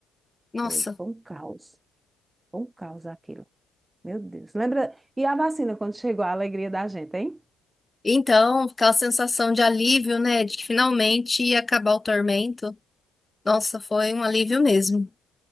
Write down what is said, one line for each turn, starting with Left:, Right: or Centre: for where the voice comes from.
Left: Nossa.
Right: Foi, foi um caos. Foi um caos aquilo. Meu Deus. Lembra? E a vacina, quando chegou, a alegria da gente, hein?
Left: Então, aquela sensação de alívio, né? De que finalmente ia acabar o tormento. Nossa, foi um alívio mesmo.